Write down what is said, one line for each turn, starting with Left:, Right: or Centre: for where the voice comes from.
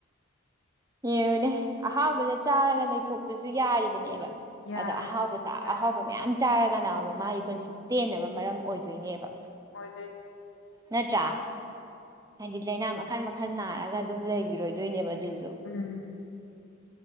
Right: ꯌꯦꯡꯉꯨꯅꯦ ꯑꯍꯥꯎꯕꯗ ꯆꯥꯔꯒ ꯂꯩꯊꯣꯛꯄꯁꯨ ꯌꯥꯔꯤꯕꯅꯦꯕ
Left: ꯌꯥꯔꯤꯅꯦ
Right: ꯑꯗꯣ ꯑꯍꯥꯎꯕꯗ
Left: ꯌꯥꯔꯤ
Right: ꯑꯍꯥꯎꯕ ꯃꯌꯥꯝ ꯆꯥꯔꯒꯅ ꯑꯃꯨꯛ ꯃꯥꯒꯤ ꯄꯨꯟꯁꯤ ꯄꯦꯟꯅꯕ ꯃꯔꯝ ꯑꯣꯏꯗꯣꯏꯅꯦꯕ
Left: ꯅꯣꯏꯗꯤ
Right: ꯅꯠꯇ꯭ꯔꯥ ꯍꯥꯏꯗꯤ ꯂꯥꯏꯅꯥ ꯃꯈꯜ ꯃꯈꯜ ꯅꯥꯔꯒ ꯑꯗꯨꯝ ꯂꯩꯈꯤꯔꯣꯏꯗꯣꯏꯅꯦꯕ ꯖꯨ
Left: ꯎꯝ